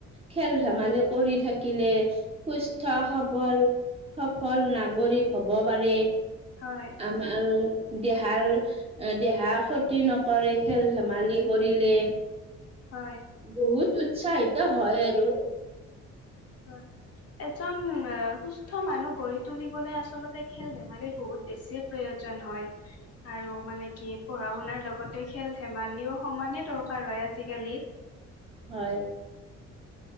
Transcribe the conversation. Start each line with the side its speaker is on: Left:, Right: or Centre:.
Right: খেল ধেমালি কৰি থাকিলে সুস্থ সবল সফল নাগৰিক হব পাৰে।
Left: হয়
Right: আম আৰু দেহাৰ দেহা ক্ষতি নকৰে খেল ধেমালি কৰি। কৰিলে
Left: হয়
Right: বহুত উৎসাহিত হয় আৰু
Left: হয়। এজন সুস্থ মানুহ গঢ়ি তুলিবলৈ আচলতে খেল ধেমালি বহুত বেছি প্ৰয়োজন। যিজন হয় আৰু মানে কি পঢ়া শুনাৰ লগতে খেল ধেমালিও সমানে দৰকাৰ হয়। আজিকালি
Right: হয়।